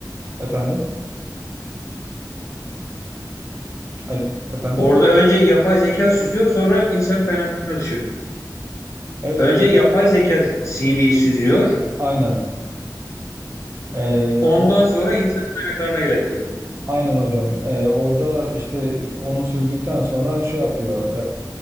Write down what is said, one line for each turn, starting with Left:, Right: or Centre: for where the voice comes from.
Right: Efendim? Al- Efendim?
Left: Orada önce yapay zeka süzüyor, sonra insan kaynaklarına düşüyor.
Right: Evet
Left: Önce
Right: evet
Left: yapay zeka CV'yi süzüyor,
Right: aynen. Ee,
Left: ondan
Right: o
Left: sonra insan kaynaklarına iletiyor.
Right: aynen hocam. Ee, orada işte onu süzdükten sonra şey yapıyor.